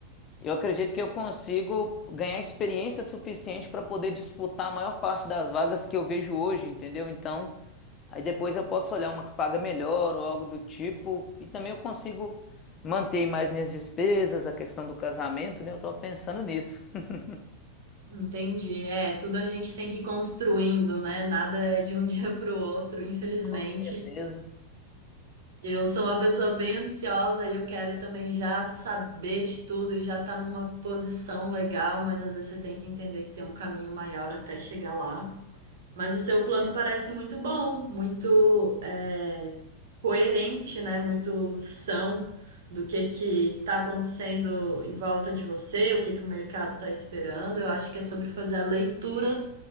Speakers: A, on the left; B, on the right.
A: eu acredito que eu consigo ganhar experiência suficiente para poder disputar a maior parte das vagas que eu vejo hoje, entendeu? Então, aí depois eu posso olhar uma que paga melhor ou algo do tipo. E também eu consigo manter mais minhas despesas, a questão do casamento, né? Eu estava pensando nisso. <laughs>
B: Entendi. É, tudo a gente tem que ir construindo, né? Nada é de um <laughs> dia para o outro, infelizmente.
A: Com certeza.
B: Eu sou uma pessoa bem ansiosa e eu quero também já saber de tudo e já estar numa posição legal, mas às vezes você tem que entender que tem um caminho maior até chegar lá. Mas o seu plano parece muito bom, muito é, coerente, né? Muito são do que que está acontecendo em volta de você, o que que o mercado está esperando. Eu acho que é sobre fazer a leitura